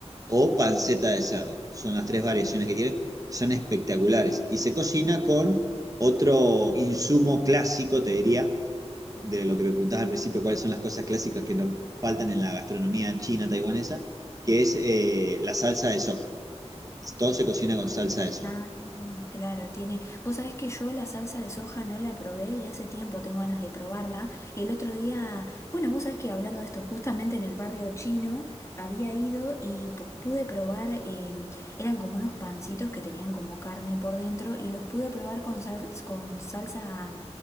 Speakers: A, on the right; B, on the left.
A: o panceta de cerdo. Son las tres variaciones que tiene, son espectaculares. Y se cocina con otro insumo clásico, te diría, de lo que me preguntabas al principio, cuáles son las cosas clásicas que nos faltan en la gastronomía china taiwanesa, que es eh, la salsa de soja. Todo se cocina con salsa de soja.
B: Ah, claro, tiene. Vos sabés que yo la salsa de soja no la probé y hace tiempo tengo ganas de probarla. El otro día, bueno, vos sabés que hablando de esto, justamente en el barrio chino había ido y pu- pude probar, eh, eran como unos pancitos que tenían como carne por dentro y los pude probar con sal- con salsa